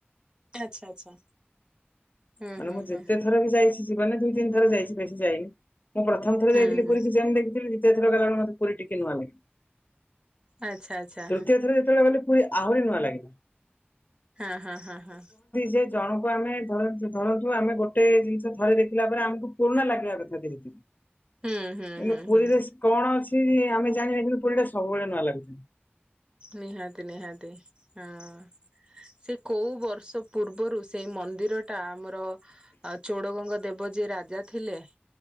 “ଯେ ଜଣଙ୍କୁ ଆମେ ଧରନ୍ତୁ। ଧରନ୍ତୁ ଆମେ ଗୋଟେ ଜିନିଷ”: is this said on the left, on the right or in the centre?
Left